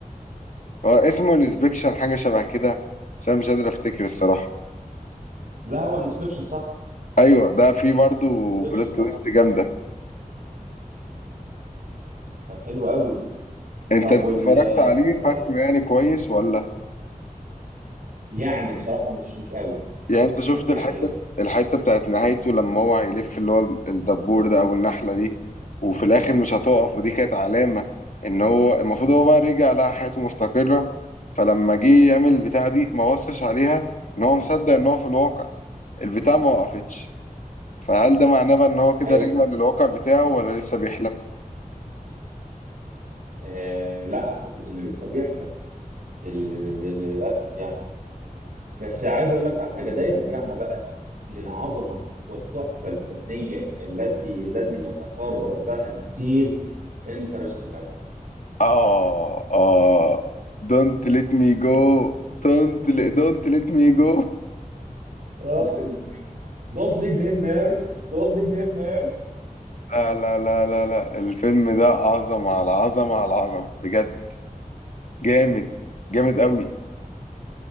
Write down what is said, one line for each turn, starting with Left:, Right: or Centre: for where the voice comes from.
Left: هو اسمه انسبكشن حاجه شبه كده بس انا مش قادر افتكر الصراحه
Right: لا هو انسبكشن صح
Left: ايوه ده فيه برضو
Right: انسبكشن
Left: بلوت
Right: صح
Left: تويست جامده
Right: طب حلو قوي
Left: انت
Right: طب
Left: انت
Right: وال
Left: اتفرجت
Right: آه،
Left: عليه فاكره يعني كويس ولا
Right: يعني بصراحة مش مش قوي
Left: يعني انت شفت
Right: يعني
Left: الحته الحته بتاعت نهايته لما هو هيلف اللي هو الدبور ده او النحله دي وفي الاخر مش هتقف ودي كانت علامه ان هو المفروض هو بقى رجع لقى حياته مستقره فلما جه يعمل البتاعه دي ما بصش عليها ان هو مصدق ان هو في الواقع البتاع ما وقفتش فهل ده معناه بقى ان هو كده
Right: ايوه
Left: رجع للواقع بتاعه ولا لسه بيحلم
Right: آه لا اعتقد انه لسه بيحلم لل- للاسف يعني بس عايز اقول لك على حاجة ده يرجعنا بقى للعظمة والتحفة الفنية التي لن يتكرر لها مثيل انترستيلر
Left: اه اه don't let me go don't let, don't let me go
Right: <laughs> Don't leave him Murph Don't leave him Murph
Left: لا لا لا لا لا الفيلم ده عظمة على عظمة على عظمة بجد جامد جامد قوي